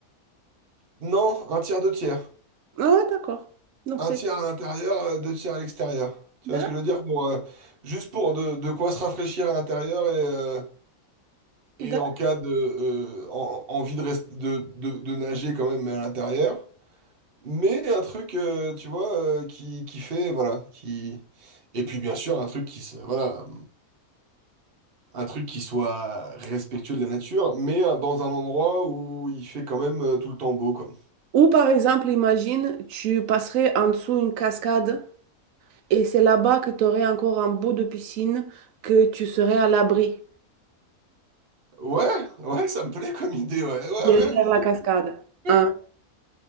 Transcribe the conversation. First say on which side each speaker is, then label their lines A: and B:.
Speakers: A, on the right; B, on the right.
A: Non, un tiers, deux tiers.
B: Ah d'accord. Donc
A: Un
B: c'est...
A: tiers à l'intérieur, euh, deux tiers à l'extérieur. Tu
B: Da-
A: vois ce que je veux dire? Pour, euh, juste pour de, de quoi se rafraîchir à l'intérieur et, euh, et
B: da-
A: en cas de euh, en- envie de, rest- de, de- de nager quand même mais à l'intérieur. Mais un truc, euh, tu vois, euh, qui, qui fait, voilà, qui... Et puis bien sûr, un truc qui se, voilà, un truc qui soit respectueux de la nature, mais euh, dans un endroit où il fait quand même euh, tout le temps beau, quoi.
B: Ou par exemple, imagine, tu passerais en dessous une cascade et c'est là-bas que tu aurais encore un bout de piscine que tu serais à l'abri
A: Ouais, ouais, ça me plaît comme idée, ouais, ouais,
B: derrière la cascade.
A: ouais.
B: Hein. <laughs>